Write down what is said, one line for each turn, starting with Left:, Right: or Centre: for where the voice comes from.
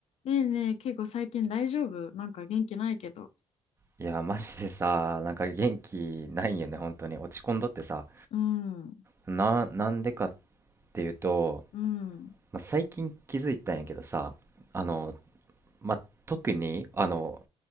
Left: ねえねえ、結構最近大丈夫なんか元気ないけど。
Right: いや、マジでさ、なんか元気ないよね、本当に。落ち込んどってさ。
Left: うん、うん、
Right: な、なんでかっていうと、
Left: うん、
Right: まあ、最近気づいたんやけどさ、あの、まあ、特に、あの、